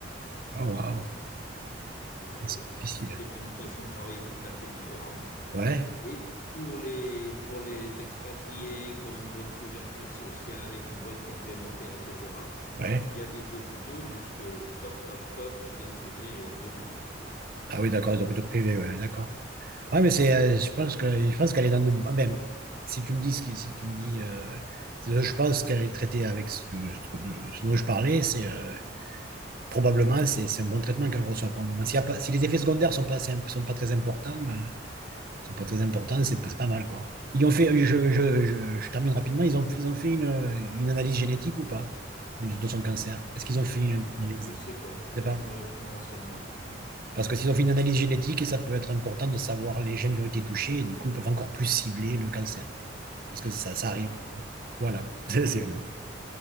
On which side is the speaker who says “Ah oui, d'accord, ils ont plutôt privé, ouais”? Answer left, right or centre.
Right